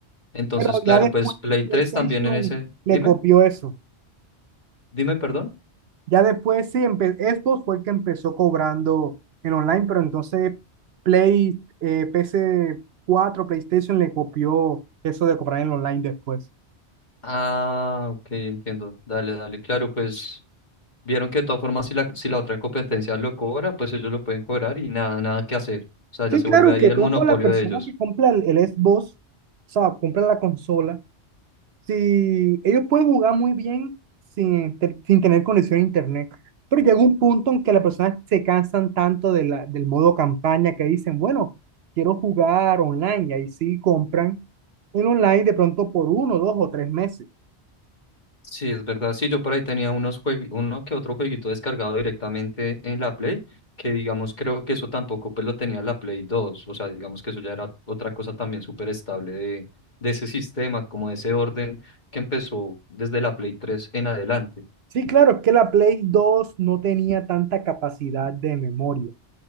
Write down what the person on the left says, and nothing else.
Entonces,
claro,
pues Play
3 también en ese...
Dime,
dime, perdón.
Ah, ok, entiendo. Dale, dale. Claro, pues Vieron que de todas formas, si la, si la otra competencia lo cobra, pues ellos lo pueden cobrar y nada, nada que hacer. O sea, ya
se
vuelve ahí
el
monopolio
de ellos.
Sí, es verdad. Sí, yo por ahí tenía unos jue- uno que otro jueguito descargado directamente en la Play, que digamos creo que eso tampoco pues lo tenía la Play dos O sea, digamos que eso ya era otra cosa también súper estable de, de ese sistema, como de ese orden que empezó desde la Play tres en adelante.